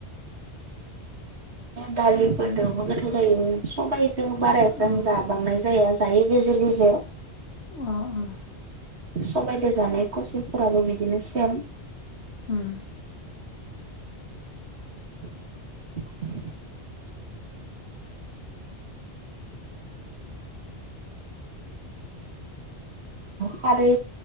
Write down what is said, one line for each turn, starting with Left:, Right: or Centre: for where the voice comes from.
Right: दालिफोरदोबो
Left: ओमफ्राय
Right: गोथाव जायो सबायजों बाराय जों
Left: अ
Right: जाबांनाय जाया। जायो गेजेर गेजेर।
Left: अ अ।
Right: सबायदो जानाय प्रसेसफोराबो बिदिनो सेम।
Left: ओम।
Right: <inaudible> खारै।